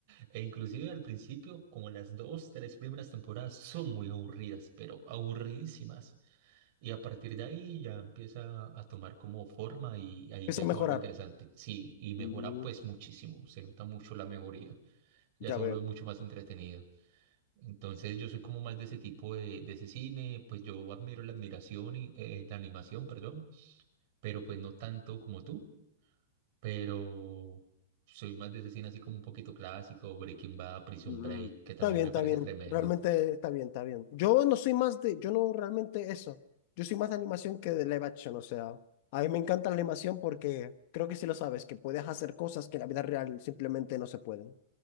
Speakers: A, on the right (about 50°); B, on the left (about 50°).
A: e inclusive al principio, como las dos, tres primeras temporadas son muy aburridas, pero aburridísimas. Y a partir de ahí ya empieza a tomar como forma y ahí
B: Empezó
A: ya se
B: a mejorar.
A: vuelve interesante. Sí, y mejora
B: Mm,
A: pues muchísimo, se nota mucho la mejoría, ya
B: ya
A: se vuelve
B: veo.
A: mucho más entretenida. Entonces yo soy como más de ese tipo de, de ese cine, pues yo admiro la admiración y eh, la animación, perdón, pero pues no tanto como tú. pero soy más de ese cine así como un poquito clásico, Breaking Bad, Prison
B: Mm,
A: Break, que
B: está
A: también
B: bien,
A: me
B: está
A: parece
B: bien.
A: tremendo.
B: Realmente está bien, está bien. Yo no soy más de, yo no realmente eso. Yo soy más de animación que de live action. O sea, a mí me encanta la animación porque creo que sí lo sabes, que puedes hacer cosas que en la vida real simplemente no se pueden.